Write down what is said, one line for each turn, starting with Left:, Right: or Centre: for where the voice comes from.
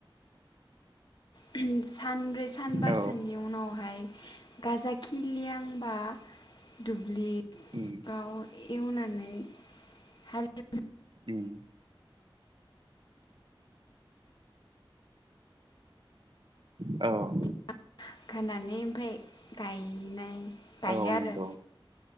Left: <unintelligible> सानब्रै सानबासोनि
Right: औ
Left: उनावहाय गाजा खिलिहांबा दुब्लिआव
Right: उम
Left: एवनानै हाले
Right: उम औ
Left: <unintelligible> खानानै ओमफाय गायनाय गायो
Right: औ नोंगौ
Left: आरो